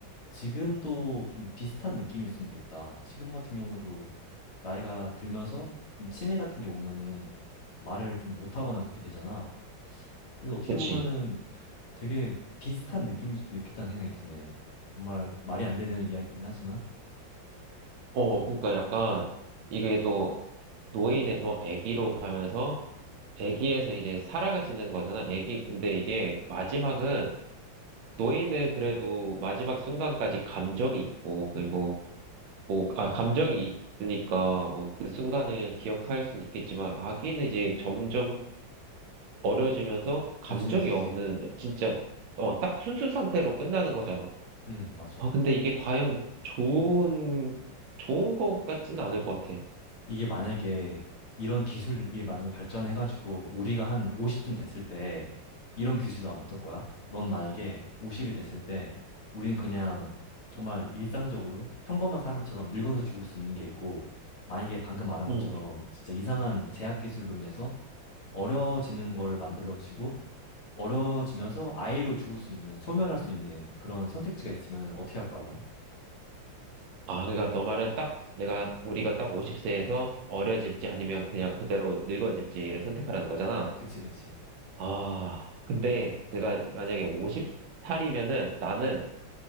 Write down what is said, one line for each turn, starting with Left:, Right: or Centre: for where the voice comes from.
Left: 지금도 좀 비슷한 느낌일 수는 있겠다. 지금 같은 경우도 나이가 들면서 좀 치매 같은 게 오면은 말을 좀 못하거나 그렇게 되잖아. 그래서 어떻게
Right: 그치.
Left: 보면은 되게 비슷한 느낌일 수도 있겠다는 생각이 드네. 정말 말이 안 되는 이야기이긴 하지만.
Right: 어, 그러니까 약간 이게 또 노인에서 아기로 가면서 아기에서 이제 살아가지는 거잖아. 아기 근데 이게 마지막은 노예는 그래도 마지막 순간까지 감정이 있고, 그리고, 뭐, 아, 감정이 있으니까, 뭐, 그 순간을 기억할 수는 있겠지만, 아기는 이제 점점 어려지면서 감정이
Left: 단순해지지.
Right: 없는, 진짜, 어, 딱 순수 상태로 끝나는 거잖아.
Left: 음, 맞아.
Right: 아, 근데 이게 과연 좋은, 좋은 것 같지는 않을 것 같아.
Left: 이게 만약에 이런 기술이 만약에 발전해가지고 우리가 한 50쯤 됐을 때 이런 기술이 나면 어떨 거야? 넌 만약에 50이 됐을 때 우리는 그냥 정말 일상적으로 평범한 사람처럼 늙어서 죽을 수 있는 게 있고 만약에 방금 말한 것처럼
Right: 음.
Left: 진짜 이상한 제약 기술로 인해서 어려워지는 걸 만들어지고 어려워지면서 아예로 죽을 수 있는 소멸할 수 있는 그런 선택지가 있으면 어떻게 할 거야, 넌?
Right: 아, 그러니까 너 말은 딱, 내가, 우리가 딱 50세에서 어려질지 아니면 그냥 그대로 늙어질지를 선택하라는 거잖아.
Left: 그치, 그치.
Right: 아, 근데 내가 만약에 50살이면은 나는